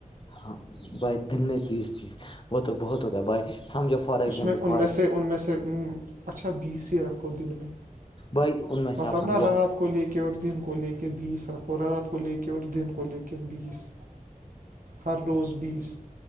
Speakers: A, on the left (about 35°); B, on the right (about 75°).
A: ہاں بھائی دن میں تیس تیس وہ تو بہت ہو گیا بھائی سمجھو فار ایگزامپل
B: اس میں ان
A: فار
B: میں سے ان میں سے اچھا بیسی رکھو دن میں
A: بھائی ان میں
B: بس
A: سے آپ
B: اب
A: سمجھو
B: نا رات کو لے کے اور دن کو لے کے بیس رکھو رات کو لے کے اور دن کو لے کے بیس ہر روز بیس